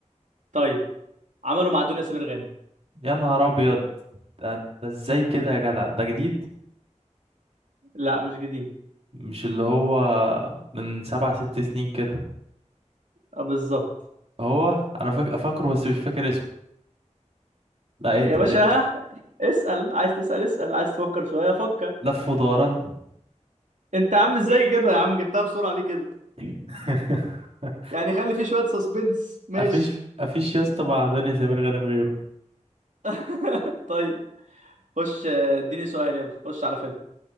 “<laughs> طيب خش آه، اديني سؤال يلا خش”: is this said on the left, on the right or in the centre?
Right